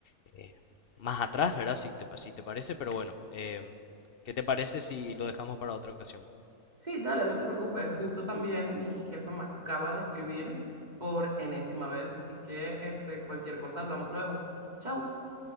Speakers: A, on the left (about 60°); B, on the right (about 30°).
A: eh, más atrás, ¿verdad? Si te, pa- si te parece, pero bueno, em, ¿qué te parece si lo dejamos para otra ocasión?
B: Sí, dale, no te preocupes. Justo también mi jefa me acaba de escribir por enésima vez, así que este, cualquier cosa hablamos luego. Chao.